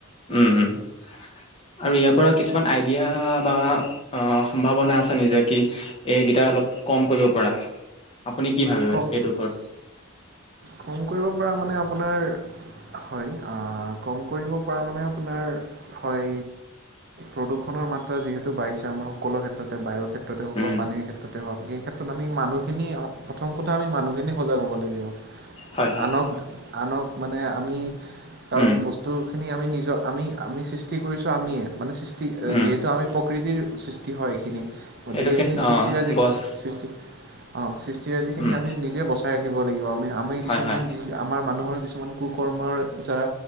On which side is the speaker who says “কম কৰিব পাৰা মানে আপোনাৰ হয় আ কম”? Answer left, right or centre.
Right